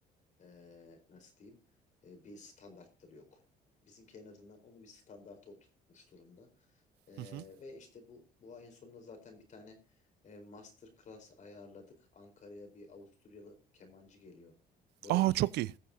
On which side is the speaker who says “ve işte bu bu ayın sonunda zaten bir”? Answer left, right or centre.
Left